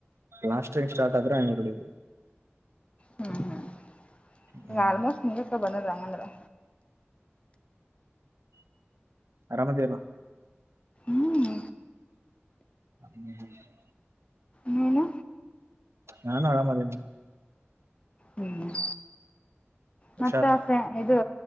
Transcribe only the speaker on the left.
ಹ್ಮ್ ಹ್ಮ್
ಈಗ ಆಲ್ಮೋಸ್ಟ್ ಮುಂಗಕ್ಕೆ ಬಂದದ ಅಂಗಂದ್ರೆ
ಹ್ಮ್
ಏನು
ಹ್ಮ್
ಮತ್ತೆ ಇದು